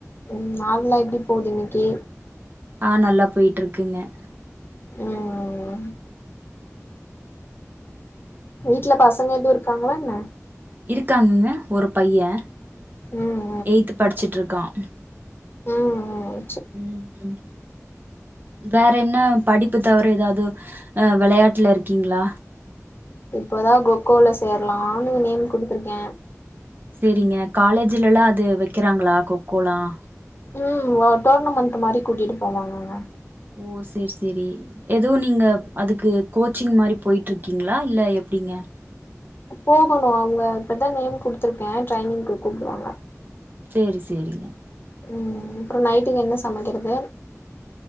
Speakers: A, on the left; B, on the right.
A: ம் நாள் ல எப்டி போகுது இன்னிக்கு
B: ஆ நல்லா போயிட்டு இருக்குஙாக
A: ஆ ஆ ஆ வீட்ல பசங்க எதுவும் இருக்காங்களா என்ன
B: இருக்காங்கங்க ஒரு பையன்
A: ம்
B: எயித் படிச்சுட்டு இருக்கான்
A: ஆ ஆ
B: ம் ம் வேற என்ன படிப்பு தவிர ஏதாவது விளையாட்டுல இருக்கீங்களா
A: இப்போதான் கொக்கோல சேரலாம்னு நேம் கொடுத்துருக்கேன்
B: சேரிங்க காலேஜ்லல்லாம் அது வைக்கிறாங்களா கொக்கோலாம்
A: ம் ஒ டோர்னமெண்ட் மாரி கூட்டிட்டு போவாங்கங்க
B: ஓ சேர் சேரி ஏதோ நீங்க அதுக்கு கோச்சிங் மார போய்ட்டு இருக்கீங்களா இல்ல எப்டிங்க
A: போகணும் அவுங்க இப்பதான் நேம் குடுத்துருக்கேன் ட்ரைனிங்கு கூப்பிடுவாங்க
B: சேர் சேரிங்க
A: ம் அப்பறம் நைட்டுக்கு என்ன சமைக்கிறது